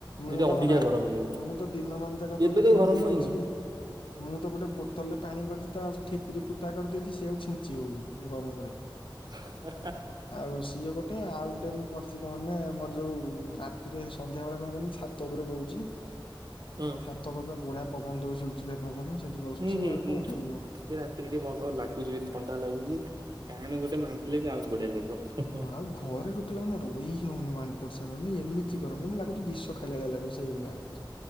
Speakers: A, on the left; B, on the right.
A: ମୁଁ
B: ଯଦି
A: ତ
B: ଅଧିକା
A: ରା
B: ଗରମ ହେଇଯାଉଛି
A: ମୁଁ ତ ଦିନମାନ ଯାକ
B: ଏବେ
A: ତ ଟୋଟାଲ
B: ଗରମ
A: ବୁଲୁଚି।
B: ହେଇନି
A: ମୁଁ ତ ଗୋଟେ ବୋତଲ ରେ ପାଣି କରିଚି ତା ଠିପି ରେ ଫୁଟା କରିଦେଇଛି ସେୟା କୁ ଛିଞ୍ଚି ହଉଚି ଯୋଉ ଗରମରେ।
B: ହା ହା।
A: ଆଉ ସିଏ ଗୋଟେ ଆଉ ଗୋଟେ ମୁଁ କରିଚି କଣ ନା ମୋର ଯୋଉ ରାତିରେ ସନ୍ଧ୍ୟାବେଳେ କଣ କହନି ଛାତ ଉପରେ ବଉଚି।
B: ହୁଁ।
A: ଛାତ ଉପରେ ପୁରା ବଢିଆ ପବନ ଦଉଚି ସୁ ସୁଲିଆ ପବନ ସେଇଠି ବ ବସଛି
B: ହୁଁ ହୁଁ
A: ଆଉ
B: ହୁଁ
A: କଣ
B: ହୁଁ
A: କରିବ।
B: ଏ ରାତିରେ ଟିକେ ଭଲ ଲାଗୁଛି ବି ଥଣ୍ଡା ଲାଗୁଚି। ଫ୍ୟାନ୍ ଗୋଟେ ମୁଁ ଆଣିଥିଲି ବି ଆହୁରି ବଢିଆ ଲାଗିବ ହୁଁ
A: ହଁ
B: ହୁଁ।
A: ଆଉ ଘରେ ଟୋଟାଲ ମାନେ ରହି ହଉନି ୱାନ୍ ପର୍ସେଣ୍ଟ ମାନେ ଏମିତି ଗରମ ଯେମିତି ଲାଗୁଚି ବି ବିଷ ଖାଇଲା ଭଳିଆ ଲାଗୁଚି ସେଇଭଳିଆ କ